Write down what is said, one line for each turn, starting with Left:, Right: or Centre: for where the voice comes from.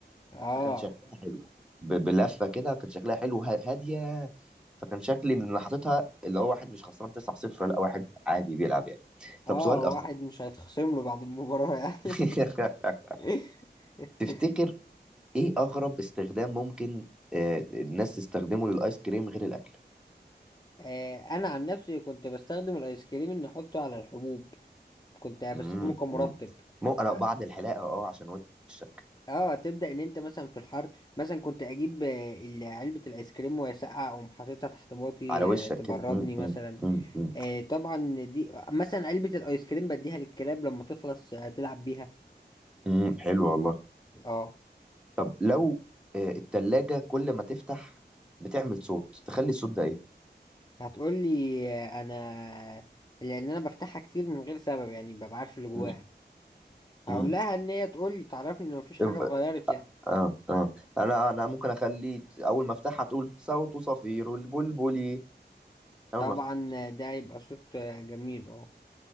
Left: اه
Centre: فكان شكلها حلو ب- بلفه كده كان شكلها حلو ه- هاديه فكان شكلي ان انا حاططها اللي هو واحد مش خسران 9-0 لا واحد عادي بيلعب يعني طب
Left: اه
Centre: سؤال
Left: واحد
Centre: اخر
Left: مش هيتخصم له بعد المباراة يعني
Centre: <laughs>
Left: <laughs>
Centre: تفتكر ايه اغرب استخدام ممكن آه، الناس تستخدمه للايس كريم غير الاكل
Left: آه، انا عن نفسي كنت بستخدم الايس كريم ان احطه على الحبوب كنت بستخدمه
Centre: امم
Left: كمرطب
Centre: مو انا
Left: اه
Centre: بعد الحلاقه اه عشان وشك
Left: آه، تبدأ ان انت مثلا في الحر مثلا كنت اجيب آه، ال- علبة الايس كريم وهي ساقعة اقوم حاططها تحت باطي
Centre: على وشك
Left: آه، تبردني
Centre: كده مم،
Left: مثلا
Centre: مم، مم، مم،
Left: آه طبعا دي مثلا علبة الايس كريم بديها للكلاب لما تخلص هتلعب بيها
Centre: مم، حلو والله
Left: اه
Centre: طب لو آه، التلاجة كل ما تفتح بتعمل صوت تخلي الصوت ده ايه
Left: هتقولي آه، انا لان انا بفتحها كتير من غير سبب يعني ببقى عارف اللي جواها
Centre: مم،
Left: هقول
Centre: مم.
Left: لها ان هي تقولي تعرفني ان مفيش حاجة
Centre: يبقى-
Left: اتغيرت يعني
Centre: اه اه انا انا ممكن اخلي ت- اول ما افتحها تقول صوت صفير البلبلي اول
Left: طبعا
Centre: ما افتح
Left: ده هيبقى صوت آه، جميل اه